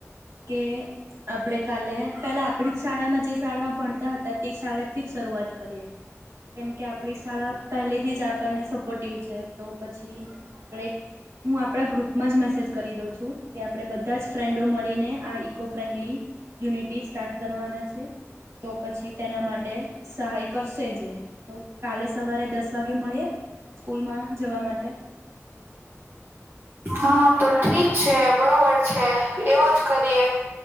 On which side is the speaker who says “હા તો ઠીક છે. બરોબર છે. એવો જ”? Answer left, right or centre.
Right